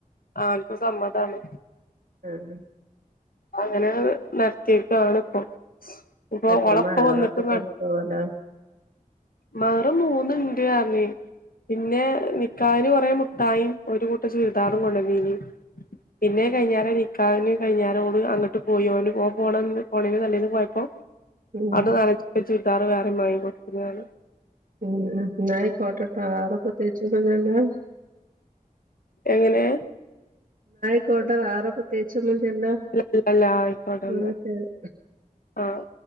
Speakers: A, on the left (about 80°); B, on the right (about 70°).
A: ആൾക്കു സമ്മതാണ്.
B: ആഹ്
A: അങ്ങനെ ഹ് നിർത്തീകാണിപ്പോ. ഇപ്പൊ
B: എത്ര
A: ഓളപ്പ
B: മഹറൊക്കെ
A: വന്നിട്ട് നട്
B: കൊടുത്തോലോ
A: മഅറ് മൂന്നിണ്ട് റ്ഞ് പിന്നെ നിക്കഇന് പ മുട്ടായും ഒരു കൂട്ട് ചുര്ദാറും കൊണ്ടന്നീനി. പിന്നെ അത്‌ കഴിഞാരേ നിക്കാഇന് കഴിഞ്ഞാരെ ഓള് അങ്ങട്ട് പോയി ഓൻ ഓന് പോണന്ന് <unintelligible> തലേന്ന് പോയപ്പോ. <unintelligible>
B: ഉം
A: വേറിം മാങ്ങി കൊടുത്ക്ണ് <unintelligible>
B: ഉം ന്നായിക്കോട്ട ട്ട വേറെ പ്രത്യച്ചൊന്നും ല്ലല്ലോ.
A: എങ്ങനെ?
B: ക്കോട്ടെ വേറെ പ്രത്യേച്ചൊ ല്യല്ലോ
A: അല്ല അല്ല ആയിക്കോട്ടെന്നാ
B: ന്ന ശരി.
A: ആഹ്